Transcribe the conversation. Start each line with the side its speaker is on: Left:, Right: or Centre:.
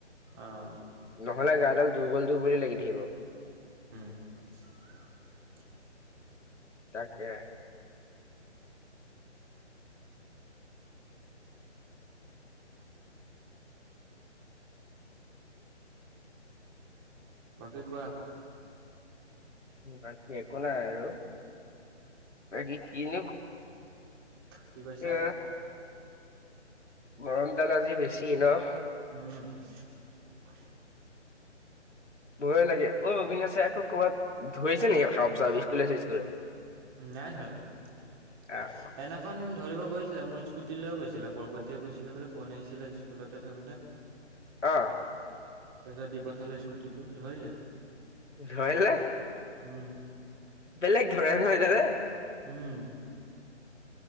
Right: অঁ
Left: নহ'লে গাডাল দুৰ্বল দুৰ্বল লাগি থাকিব।
Right: <inaudible>
Left: তাকে। <inaudible>
Right: বাকি কোৱা।
Left: বাকী একো নাই আৰু বাকী কিনো।
Right: কি কৈছা।
Left: এ গৰমডাল আজি বেছি নহ।
Right: উম। <unintelligible>
Left: ভয় লাগে অ অবিনাসে আকো ক'ৰবাত ধৰিছে নেকি সাপ চাব স্কুললে থুস্কুলে।
Right: নাই ধৰা
Left: আহ
Right: এদনাখন ধৰিব গৈছিলে মোৰ স্কুটি লৈও গৈছিলে পৰ্বতীয়ে গৈছিলে বোলে ফোন আহিছিলে স্কুলতে থাকোঁতে।
Left: অ'।
Right: তাৰপিছত দি পঠালো স্কুটিটো ধৰিলে।
Left: ধৰিলে।
Right: উম।
Left: বেলেগ ধৰে ন এইদালে।
Right: উম।